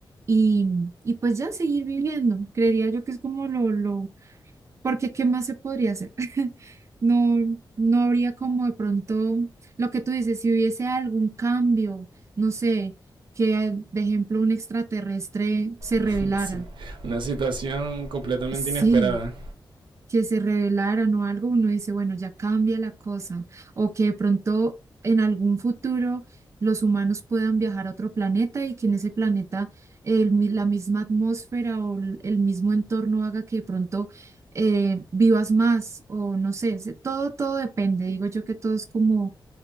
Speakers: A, on the right (about 35°); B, on the right (about 85°).
A: y, y pues ya seguir viviendo. Creería yo que es como lo, lo, porque ¿qué más se podría hacer? <laughs> No, no habría como de pronto lo que tú dices, si hubiese algún cambio, no sé, que de ejemplo un extraterrestre se revelara.
B: <laughs> sí, una situación completamente
A: Sí,
B: inesperada.
A: que se revelaran o algo, uno dice, bueno, ya cambia la cosa, o que de pronto en algún futuro los humanos puedan viajar a otro planeta y que en ese planeta el mi- la misma atmósfera o l- el mismo entorno haga que de pronto eh, vivas más o no sé, se- todo, todo depende, digo yo que todo es como